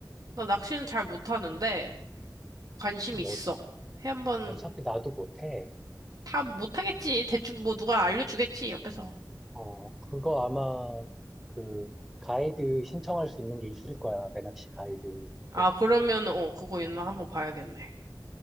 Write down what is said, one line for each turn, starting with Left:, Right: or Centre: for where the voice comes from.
Right: 나 낚시는 잘 못하는데 관심
Centre: 뭐
Right: 있어.
Centre: 어차,
Right: 해 한번
Centre: 어차피 나도 못해.
Right: 다 못하겠지. 대충 뭐 누가
Centre: 어,
Right: 알려주겠지, 옆에서.
Centre: 어, 그거 아마, 그, 가이드 신청할 수 있는 게 있을 거야, 배낚시 가이드.
Right: 아,
Centre: 그
Right: 그러면, 어, 그거 있나 한번 봐야겠네.